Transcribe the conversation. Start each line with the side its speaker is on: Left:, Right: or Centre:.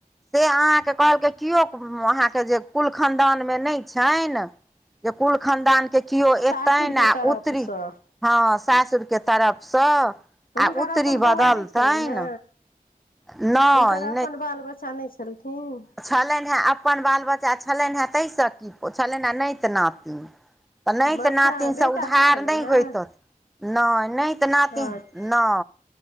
Centre: से अहाँके कहल के ओ हॅं अहा के जे कुलखानदान मे नै छै कुलखानदान के केओ
Left: सासुरके
Centre: एतन आ
Left: तरफसँ
Centre: उतरी हँ सासुर के तरफसँ
Left: तऽ
Centre: आ
Left: हुनकर
Centre: उत्तरी
Left: अपन बौआ
Centre: बदलतनि
Left: नहि छलेन है
Centre: नहि
Left: हुनकर अपन बाल बच्चा नहि छलखिन
Centre: छलेन है अपन बाल बच्चा छलेन हेँ ताहिसँ की छलेन है न त नाति तऽ नहि तऽ
Left: अच्छा
Centre: नातिनसँ
Left: बेटा
Centre: उधार
Left: छलनि
Centre: नहि
Left: हेँ
Centre: होइतत नहि न तऽ नातिन
Left: अच्छा
Centre: न